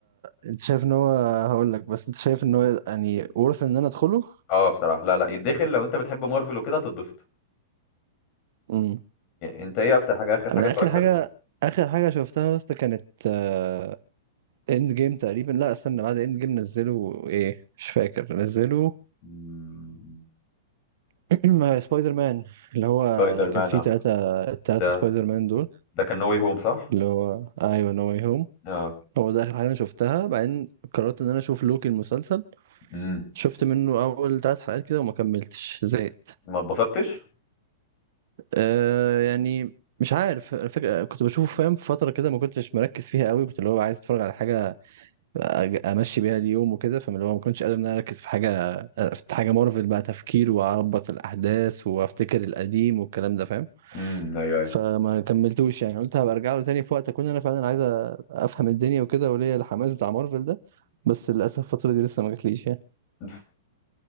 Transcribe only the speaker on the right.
انت شايف ان هو هقول لك بس انت شايف ان هو يعني ورث ان انا ادخله
مم.
انا
اخر حاجه
اخر حاجه شفتها يا اسطى كانت آه... اند جيم تقريبا لا استنى بعد اند جيم نزلوا ايه مش فاكر نزلوا
<clears throat> سبايدر مان اللي هو
اللي
كان فيه
ثلاثة الثلاثة
سبايدر مان دول
اللي هو ايوه نو واي هوم
هو ده اخر حاجه انا شفتها بعدين قررت ان انا اشوف لوكي المسلسل
شفت منه اول ثلاث حلقات كده وما كملتش زهقت
آه يعني مش عارف الفكره كنت بشوفه فاهم في فتره كده ما كنتش مركز فيها قوي كنت اللي هو عايز اتفرج على حاجه أج- امشي بيها اليوم وكده فاللي هو ما كنتش قادر ان انا اركز في حاجه في حاجه مارفل بقى تفكير واربط الاحداث وافتكر القديم والكلام ده فاهم
فما كملتوش يعني قلت هبقى ارجع له تاني في وقت اكون انا فعلا عايز أ- افهم الدنيا وكده وليا الحماس بتاع مارفل ده بس للاسف الفتره دي لسه ما جاتليش يعني